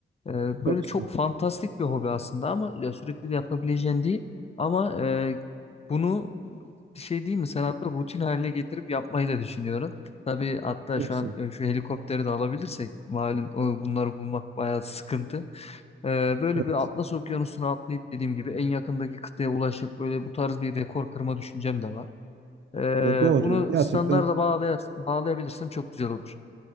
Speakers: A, on the left; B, on the right.
A: Ee, Böyle
B: Çok
A: çok
B: güzel.
A: fantastik bir hobi aslında ama ya sürekli de yapabileceğin değil. Ama e, bunu bir şey değil mi? Sen hatta rutin haline getirip yapmayı da düşünüyorum. Tabii hatta
B: Çok
A: şu
B: güzel.
A: an e, şu helikopteri de alabilirsek malum e, bunları bulmak bayağı sıkıntı. Ee, Böyle
B: Evet.
A: bir Atlas Okyanusu'na atlayıp dediğim gibi en yakındaki kıtaya ulaşıp böyle bu tarz bir rekor kırma düşüncem de var. Ee,
B: Ya doğru.
A: Bunu
B: Gerçekten
A: standarda bağlay bağlayabilirsem çok güzel olur.